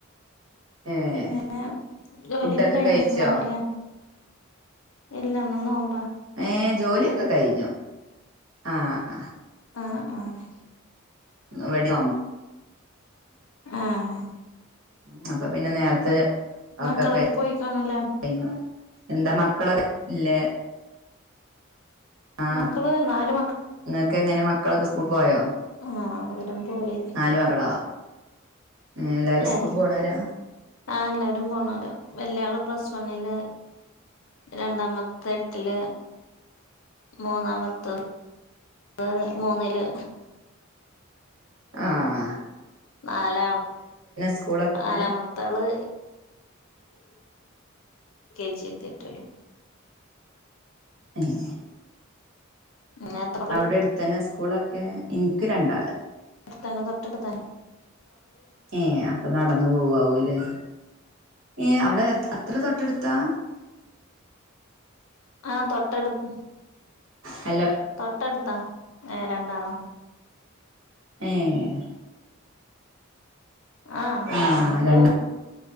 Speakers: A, on the right; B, on the left.
A: ഏഹ്
B: പിന്നെ ജോലിയൊക്കെ
A: ഫുഡൊക്കെ
B: കഴിഞ്ഞിട്ടുണ്ടാവലേ,
A: കഴിച്ചോ
B: ഇല്ലന്ന് നോമ്പാണ്.
A: ഏ ജോലിയൊക്കെ കഴിഞ്ഞു ആഹ... ആ
B: ആഹ് ആഹ
A: ഇവിടേം
B: ആഹ ആഹ..
A: ഉ അപ്പ പിന്നെ നേരത്തെ,
B: മക്കളൊക്കെ
A: ഒക്കെ ക
B: പോയി കാണൂല്ലേ
A: കഴിഞ്ഞു എന്താ മക്കളൊല്ലേ ആഹ
B: മക്കള്
A: നിങ്ങക്ക്
B: നാല്
A: എങ്ങനെ മക്കളൊക്കെ സ്കൂൾ പോയോ
B: ആഹ ഇവിട പോയി
A: നാല് മക്കളോ ഏഹ് എല്ലാരും
B: ഏ
A: സ്കൂൾ പോണോരാ
B: ആ എല്ലാരും പോണല്ല വല്ലയാള പ്ലീസ് പന്നില് രണ്ടാമത്തെ എട്ടില് മൂന്നാമത്തെ പ മൂന്നില്.
A: ആഹ <unintelligible>
B: നാലാ
A: സ്കൂളൊക്കെ
B: നാലാമത്താള് കെ ജി എത്തിട്ടുള്
A: പി <unintelligible>
B: പിന്നെ എത്ര
A: അവിടെ അടുത്തന്നെ സ്കൂളൊക്കെ എനിക്ക് രണ്ടാള്
B: തൊട്ടടുത്ത
A: ഏ അപ്പൊ നടന്നു പോവാവൂല്ലേ ഏ അവിടെ എത്ര തൊട്ടെടുത്താ
B: ആഹ തൊട്ടടുപ്പ
A: ഹലോ
B: തൊട്ടടുത്താ രണ്ടാളോ
A: ഉഹ
B: ആഹ
A: ആ
B: എടുക്ക
A: രണ്ട